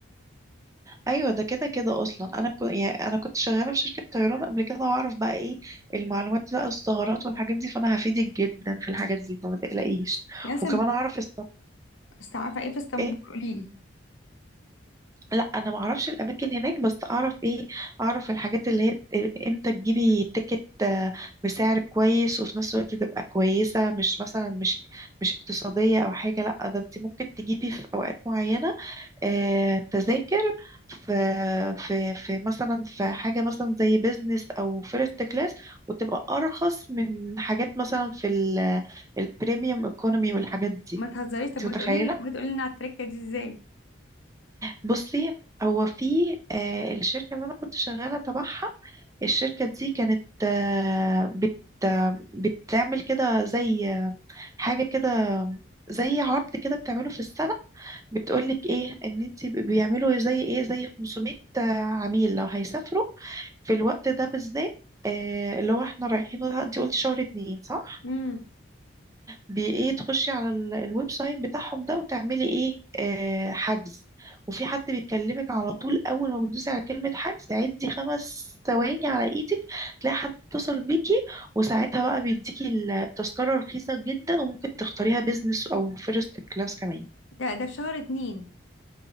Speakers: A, on the right; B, on the left.
A: ايوه ده كده كده اصلا انا كنت يعني انا كنت شغاله في شركه طيران قبل كده واعرف بقى ايه المعلومات بقى الثغرات والحاجات دي فانا هفيدك جدا في الحاجات دي فما تقلقيش
B: يا سما
A: وكمان اعرف الصف
B: بس عارفة ايه في اسطنبول
A: ايه
B: قوليلي
A: لا انا ما اعرفش الاماكن هناك بس اعرف ايه اعرف الحاجات اللي هي ت- امتى تجيبي تيكت آه، بسعر كويس وفي نفس الوقت تبقى كويسه مش مثلا مش مش اقتصاديه او حاجه لا ده انت ممكن تجيبي في اوقات معينه آه، تذاكر في في في مثلا في حاجة مثلا زي بيزنس أو فيرست كلاس وتبقى أرخص من حاجات مثلا في ال- البريميوم ايكونومي والحاجات دي
B: ما تهزريش طب
A: أنت
B: ما
A: متخيلة؟
B: تقولي ما تقولي لنا على التركة دي ازاي
A: بصي هو في آه، الشركة اللي أنا كنت شغالة تبعها الشركة دي كانت آه، بت آه، بتعمل كده زي آه، حاجة كده زي عرض كده بتعمله في السنة بتقولك ايه ان انت ب- بيعملوا زي ايه زي 500 عميل لو هيسافروا في الوقت ده بالذات آه اللي هو احنا رايحينه ده انت قلتي شهر اتنين صح
B: امم
A: بي ايه تخشي على ال- الويب سايت بتاعهم ده وتعملي ايه آه حجز وفي حد بيكلمك على طول اول ما بتدوسي على كلمة حجز عدي خمس ثواني على ايدك تلاقي حد اتصل بيكي وساعتها بقى بيديكي التذكرة رخيصة جدا وممكن تختاريها بيزنس او فيرست كلاس كمان
B: ده ده في شهر اتنين